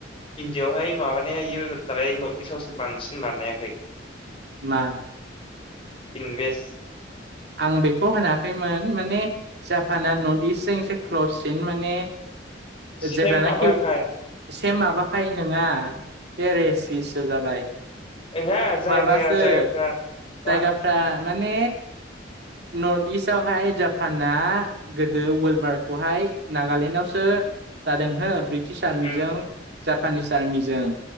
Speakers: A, on the left; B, on the right.
A: इण्डिआयावहाय माबानाया जयो दालाय नर्थ इस्टआवसो बांसिन बानाया खै
B: मा
A: इनभेस्ट
B: आं बेखौ होनाखैमोन माने जापाना नर्थ इस्टजों एसे क्लससिन माने
A: सेम
B: जेब्लानाखि
A: माबाखाय
B: सेम माबाखाय नङा पेरेसिसो जाबाय
A: नङा जायगाया
B: माबासो
A: जायगाफ्रा
B: जायगाफ्रा
A: मा
B: माने नर्थ इस्टवाहाय जापाना गोदो वलबारखौहाय नागालेण्डआवसो जादों हो ब्रिटिस आर्मिजों
A: उम
B: जापानिस आर्मिजों